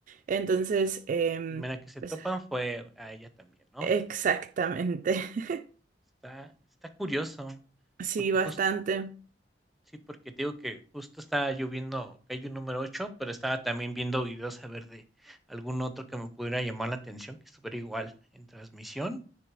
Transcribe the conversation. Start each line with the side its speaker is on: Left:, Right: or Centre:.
Right: Entonces, em,
Centre: La primera que se
Right: pues,
Centre: topan fue a ella también, ¿no?
Right: exactamente. <laughs>
Centre: Está está curioso,
Right: Sí,
Centre: porque
Right: bastante.
Centre: jus sí, porque te digo que justo estaba yo viendo Kaiju número ocho pero estaba también viendo videos a ver de algún otro que me pudiera llamar la atención, que estuviera igual en transmisión.